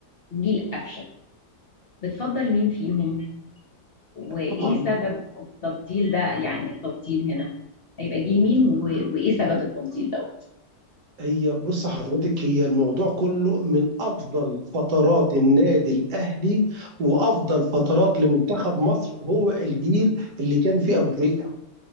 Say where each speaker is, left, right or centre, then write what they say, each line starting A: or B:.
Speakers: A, on the left; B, on the right.
A: وجيل قفشه بتفضل مين فيهم وايه
B: طبعا
A: سبب التفضيل ده يعني التفضيل هنا هيبقى جيل مين و... وايه سبب التفضيل ده
B: هي بص حضرتك هي الموضوع كله من افضل فترات النادي الاهلي وافضل فترات لمنتخب مصر هو الجيل اللي كان فيه ابو تريكه